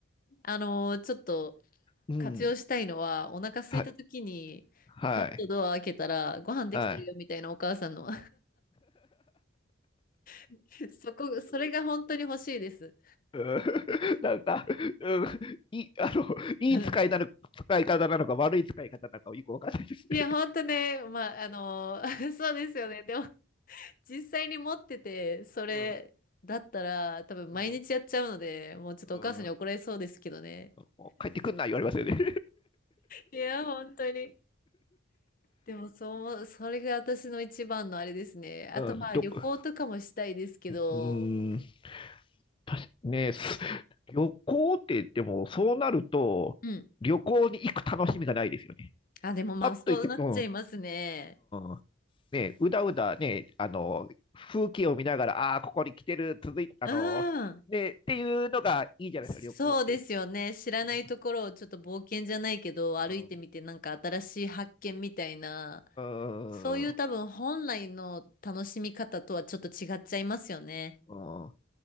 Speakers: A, on the left; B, on the left.
A: あの、ちょっと
B: うん。
A: 活用したいのは、お腹空いた時に、
B: はい、はい、
A: パッとドア開けたら、ご飯できてるよ、
B: はい。
A: みたいなお母さんの。<laughs> そこ、それが本当に欲しいです。
B: うん <laughs> なんか、うん、いい、あの、いい使いなの、
A: <laughs>
B: 使い方なのか、悪い使い方なのか、よくわかんないですね。
A: いや、本当ね、まあ、あの、<laughs> そうですよね。でも、実際に持ってて、それだったら多分毎日やっちゃうので、
B: うん、うん、
A: もうちょっとお母さんに怒られそうですけどね。
B: うん、うん。もう帰ってくんな、言われますよね。
A: いや、本当に。でもそう思う、それが私の一番のあれですね。
B: <laughs>
A: あとまあ旅行とかもしたいですけど、
B: うん、どこ、うーん、たし、ね、す旅行って言っても、そうなると、
A: うん。
B: 旅行に行く楽しみがないですよね。
A: あ、でもまあそうなっちゃいますね。
B: パッと行って、うんうん。ね、うだうだね、あの、風景を見ながら、ああー、ここに来てる、続いあの、
A: うん。
B: ね、っていうのがいいじゃないですか、
A: そうですよね。
B: 旅行って。
A: 知らないところをちょっと冒険じゃないけど、
B: うんうんうん。
A: 歩いてみてなんか新しい発見みたいな、
B: う
A: そういう多分本来の楽しみ方とはちょっと違っちゃいますよね。
B: ん。うん